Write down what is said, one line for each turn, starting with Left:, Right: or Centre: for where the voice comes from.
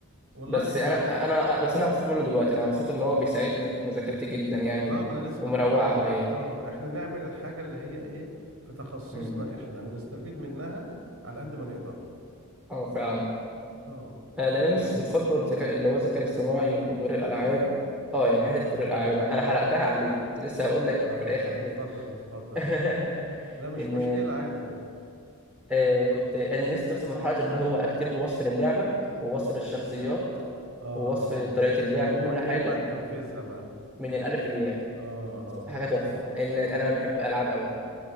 Right: والله
Centre: بس
Right: احنا
Centre: انا
Right: بنعمل
Centre: انا بس انا مبسوط منه دلوقتي انا مبسوط ان هو بيساعدني في مذاكرتي جدا يعني
Right: اه ما انا لسه
Centre: ومروق
Right: كنت هقول
Centre: عليا
Right: لك اه احنا نعمل الحاجة اللي هي ايه في تخصصنا
Centre: مم.
Right: احنا ونستفيد منها على قد ما نقدر
Centre: اه فعلا
Right: اه
Centre: آه، لان أنا نفسي
Right: يعني
Centre: توصل
Right: اه
Centre: له الذكاء اللي هو الذكاء الاصطناعي وتطوير الالعاب اه يعني حته تطوير
Right: اه
Centre: الالعاب انا أنا حرقتها عليك كنت لسه هقول لك
Right: اه
Centre: في الاخر
Right: اه
Centre: حته
Right: اتفضل اتفضل
Centre: <laughs>
Right: لا مش
Centre: ان
Right: مشكلة عادي
Centre: آه كنت انا لسه وصل مرحله ان هو اكتب له وصف للعبه ووصف للشخصيات
Right: اه
Centre: ووصف
Right: اه
Centre: طريقه اللعب
Right: وهو
Centre: وكل
Right: يقوم
Centre: حاجه
Right: بقى بتنفيذها بقى
Centre: من الالف للياء
Right: اه اه
Centre: حاجه تحفه لان انا بحب العاب قوي